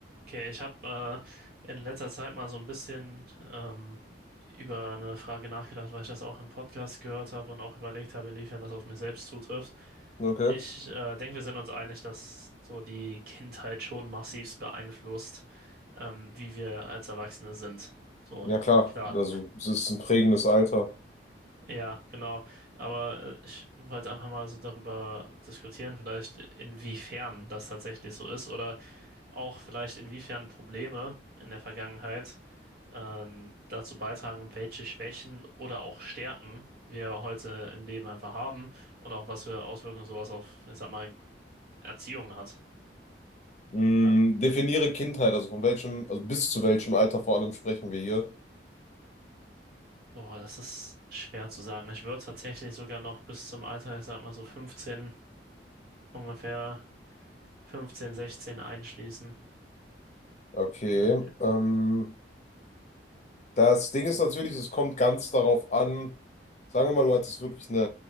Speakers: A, on the right (about 60°); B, on the left (about 40°).
A: Okay, ich habe äh, in letzter Zeit mal so ein bisschen ähm, über eine Frage nachgedacht, weil ich das auch im Podcast gehört habe und auch überlegt habe, inwiefern das auf mich selbst zutrifft.
B: Okay.
A: Ich äh, denke, wir sind uns einig, dass so die Kindheit schon massivst beeinflusst, ähm, wie wir als Erwachsene sind. So,
B: Ja, klar.
A: klar.
B: Also, es ist ein prägendes Alter.
A: Ja, genau. Aber äh, ich wollte einfach mal so darüber diskutieren, vielleicht inwiefern das tatsächlich so ist oder auch vielleicht inwiefern Probleme in der Vergangenheit ähm, dazu beitragen, welche Schwächen oder auch Stärken wir heute im Leben einfach haben und auch was für Auswirkungen sowas auf, ich sag mal, Erziehung hat.
B: Hm,
A: Ähm,
B: definiere Kindheit, also von welchem, also bis zu welchem Alter vor allem sprechen wir hier.
A: boah, das ist schwer zu sagen. Ich würde tatsächlich sogar noch bis zum Alter, ich sag mal so 15, ungefähr 15, 16 einschließen.
B: Okay.
A: Äh,
B: Ähm, das Ding ist natürlich, es kommt ganz darauf an, sagen wir mal, du hattest wirklich eine